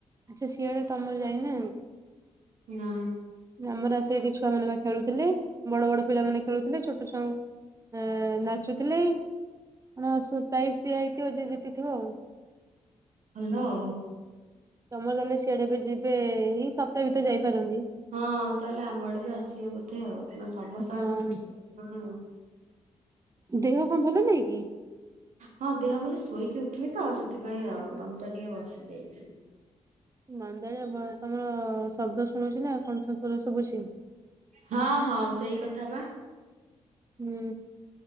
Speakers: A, on the right; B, on the right.
A: ଆଚ୍ଛା ସିଆଡେ ତମର ଯାଇନା
B: ନା।
A: ଆମର ଆସି ଏଠି ଛୁଆମାନେ ବା ଖେଳୁଥିଲେ ବଡ ବଡ ପିଲାମାନେ ଖେଳୁଥିଲେ ଛୋଟ ଛୁଆଙ୍କ ଏଁ ନାଚୁଥିଲେ ମ ପ୍ରାଇଜ ଦିଆ ହେଇଥିବ ଯିଏ ଜିତିଥିବ ଆଉ।
B: ଭଲ ଆଉ।
A: ତମର ତାହେଲେ ସିଆଡେ ବି ଯିବେ ଏଇ ସପ୍ତାହ ଭିତରେ ଯାଇପାରନ୍ତି
B: ହଁ ତାହେଲେ ଆମ ଆଡେ ବି ଆସିବେ ବୋଧେ ଆଉ ନା ସମସ୍ତ
A: ହଁ
B: ଆଡେ ବୋଧେ ଯିବେ କଣ ଆଉ।
A: ଦେହ କଣ ଭଲ ନାଇଁ କି?
B: ହଁ ଦେହ ଭଲ ନାହିଁ ଶୋଇକି ଉଠିଲି ତ ଆଉ ସେଥିପାଇଁ ଆଉ
A: ଓହୋ
B: ତଣ୍ଟିଟା ଟିକେ ବସି ଯାଇଛି।
A: ମାନ୍ଦାଳିଆ ଭ ତମର ଶବ୍ଦ ଶୁଣୁଚି ନା କଣ୍ଠସ୍ଵର ଶୁଭୁଚି
B: ହଁ ହଁ ସେଇ କଥା ବା।
A: ହୁଁ